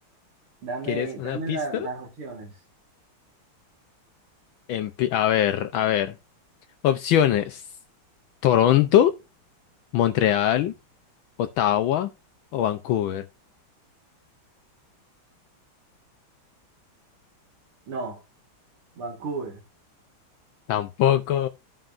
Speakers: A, on the right; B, on the left.
A: dame,
B: ¿Quieres una
A: dame
B: pista?
A: la- las opciones.
B: En A ver, a ver. Opciones. Toronto, Montreal, Ottawa o Vancouver.
A: No, Vancouver.
B: Tampoco.